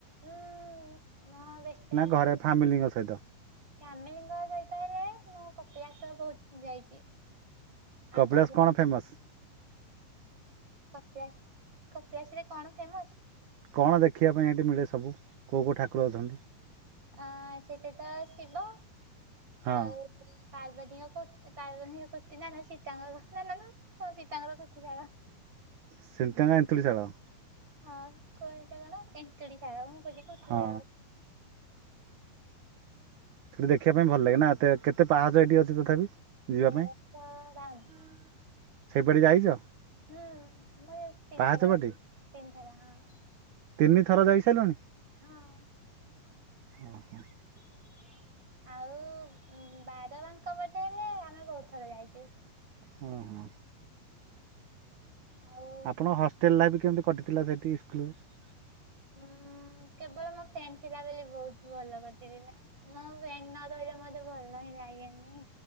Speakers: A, on the right; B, on the right.
A: ଉଁ ମୋ ବେଷ୍ଟ ଫ୍ରେଣ୍ଡ
B: ନା ଘରେ ଫ୍ୟାମିଲିଙ୍କ ସହିତ।
A: ଫ୍ୟାମିଲିଙ୍କ ସହିତ ହେଲେ ମୁଁ କପିଳାେଶ୍ୱଵର ବହୁତ ଯାଇଛି। ଆଉ
B: କପିଳାସ
A: ଧବଳେଶ୍ୱର
B: କଣ ଫେମସ?
A: କପିଳାସ କପିଳାସରେ କଣ ଫେମସ।
B: କଣ ଦେଖିବା ପାଇଁ ଏଇଠି ମିଳେ ସବୁ କେଉଁ କେଉଁ ଠାକୁର ଅଛନ୍ତି?
A: ଅଁ ସେଠି ତ ଶିବ
B: ହଁ
A: ଆଉ। ପାର୍ବତୀଙ୍କ କୁର୍ତ୍ତୀ ପାର୍ବତୀ କୁର୍ତ୍ତୀ ନାନ ସୀତାଙ୍କର ନାନାନ ହଁ ସୀତାଙ୍କର କୁର୍ତ୍ତୀ ସାଣ।
B: ସେତାଙ୍କ ଏନ୍ତୁଳିଶାଳ।।
A: ହଁ କହନ୍ତି କଣ ଏନ୍ତୁଳିଶାଳ ଜାଗା ମୁଁ କଛିି କଉଠି
B: ହଁ
A: ଜାଗା।
B: ସେଠି ଦେଖିବା ପାଇଁ ଭଲ ଲାଗେ ନା ଏ କେତେ ପାହାଚ ଏଠି ଅଛି ତଥାପି। ଯିବା
A: ତେରଶହ
B: ପାଇଁ
A: ବାଉନ
B: ସେଇପଟେ ଯାଇଛ।
A: ହୁଁ ମେ ତିନିଥର
B: ପାହାଚ ପଟେ
A: ଭ ତିନିଥର ହଁ।
B: ତିନି ଥର ଯାଇସାରିଲୁଣି
A: ହଁ
B: ଓହୋ।
A: <unintelligible> ଆଉ ବାଦ ମାଙ୍କ ବଟେ ହେଲେ ଆମେ ବହୁତ ଥର ଯାଇଛୁ।
B: ହଁ ହୋ।
A: ଆଉ
B: ଆପଣ ହଷ୍ଟେଲ ଲାଇଫ କେମିତି କଟିଥିଲା ସେଠି ସ୍କୁଲରେ?
A: ଉଁ କେବଳ ମୋ ଫ୍ରେଣ୍ଡ ଥିଲାବେଳେ ବହୁତ ଭଲ କରିଥିଲା ନା ମୋ ଫ୍ରେଣ୍ଡ ନରହିଲେ ମତେ ଭଲ ହିଁ ଲାଗେନି।